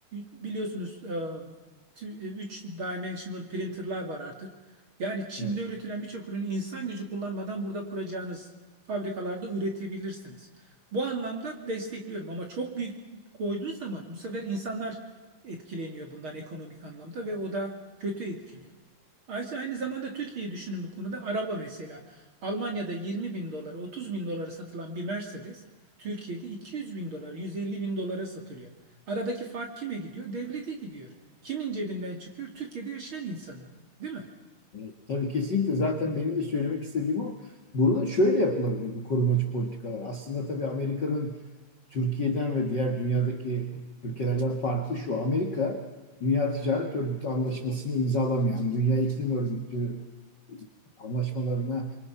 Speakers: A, on the right; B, on the left.
A: biliyorsunuz 3 dimensional printerlar var artık. Yani Çin'de
B: Evet.
A: üretilen birçok ürünü insan gücü kullanmadan burada kuracağınız fabrikalarda üretebilirsiniz. Bu anlamda destekliyorum ama çok büyük koyduğu zaman bu sefer insanlar etkileniyor bundan ekonomik anlamda ve o da kötü etkiliyor. Ayşe aynı zamanda Türkiye'yi düşünün bu konuda. Araba mesela. Almanya'da 20 bin dolara, 30 bin dolara satılan bir Mercedes, Türkiye'de 200 bin dolar, 150 bin dolara satılıyor. Aradaki fark kime gidiyor? Devlete gidiyor. Kimin cebinden çıkıyor? Türkiye'de yaşayan insanın. Değil mi?
B: Evet, Tabii kesinlikle zaten benim de söylemek istediğim o. Burada şöyle yapılabilir bu korumacı politikalar. Aslında tabii Amerika'nın Türkiye'den ve diğer dünyadaki ülkelerden farklı şu. Amerika Dünya Ticaret Örgütü anlaşmasını imzalamayan, Dünya İklim Örgütü anlaşmalarına